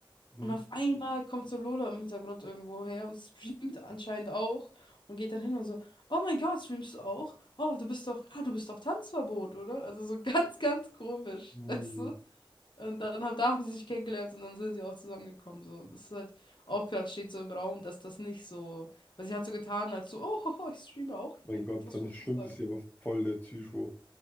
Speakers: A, on the left; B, on the left.
A: Mhm.
B: Und auf einmal kommt so Lola im Hintergrund irgendwo her und streamt anscheinend auch. Und geht dann hin und so, oh mein Gott, streamst du auch? Oh, du bist doch, ah, du bist doch Tanzverbot, oder? Also so <laughs> ganz, ganz komisch.
A: Mm,
B: Weißt du? Und dann haben, da haben sie sich kennengelernt und dann sind sie auch zusammengekommen. So. Und das ist halt auch gerade steht so im Raum, dass das nicht so. Weil sie hat so getan, als so, oh, <laughs> ich streame auch
A: Mein
B: hier.
A: Gott,
B: Wie, was
A: wenn
B: für
A: das
B: ein
A: stimmt,
B: Zufall.
A: ist sie aber voll der Psycho.